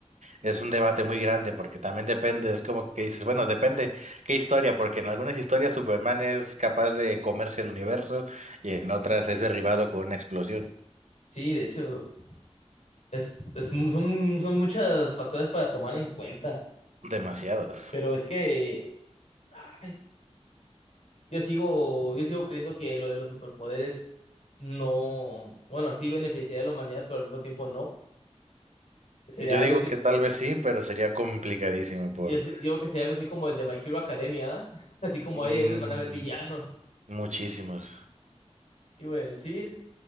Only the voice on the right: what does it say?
Es un debate muy grande porque también depende, es como que dices, bueno, depende qué historia, porque en algunas historias Superman es capaz de comerse el universo y en otras es derribado con una explosión.
Demasiados.
Yo
digo
que tal vez sí, pero sería complicadísimo por
mm,
muchísimos.